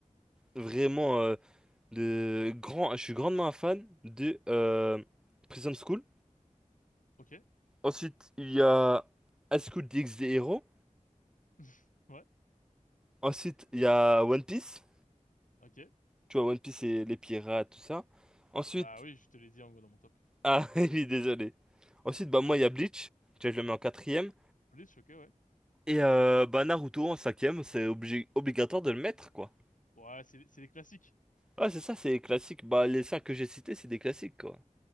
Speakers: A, in the centre; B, on the left.
A: vraiment euh, de grand, je suis grandement un fan de euh, Prison School.
B: Ok.
A: Ensuite il y a High School DxD Hero.
B: <laughs> Ouais,
A: Ensuite il y a One Piece.
B: ok.
A: Tu vois One Piece et les pirates tout ça. Ensuite
B: Bah oui, je te l'ai dit en gros dans mon top.
A: Ah <laughs> oui, désolé. Ensuite, bah
B: Pas de
A: moi,
B: souci.
A: il y a Bleach. Tu vois, je le mets en quatrième.
B: Blitz ok, ouais.
A: Et euh, bah Naruto en cinquième, c'est obligé- obligatoire de le mettre, quoi.
B: Ouais, c'est, c'est les classiques.
A: Ah, c'est ça, c'est classique Bah, les cinq que j'ai cités, c'est des classiques, quoi.